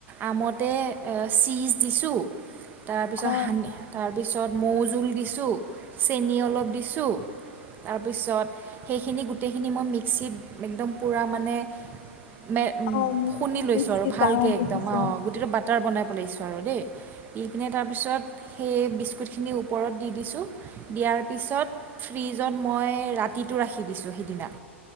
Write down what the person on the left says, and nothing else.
অ
অ
পিহি
দিছা
অ বুজিছো